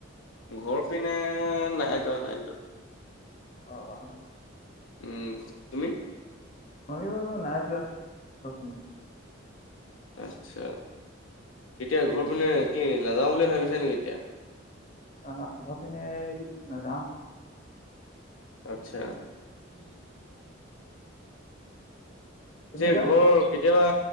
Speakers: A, on the left (about 75°); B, on the left (about 35°).
A: ঘৰ পিনে নাই যোৱা, নাই যোৱা।
B: অঁ, অঁ, অঁ।
A: উম, তুমি?
B: মইয়ো নাই যোৱা ঘৰৰ পিনে।
A: আচ্ছা, এতিয়া ঘৰ পিনে কি নাযাওঁ বুলি ভাবিছা নেকি এতিয়া?
B: আ হা, ঘৰপিনে নাযাওঁ।
A: আচ্ছা!
B: উম। তুমি
A: যে
B: কা?
A: ঘৰ কেতিয়াবা,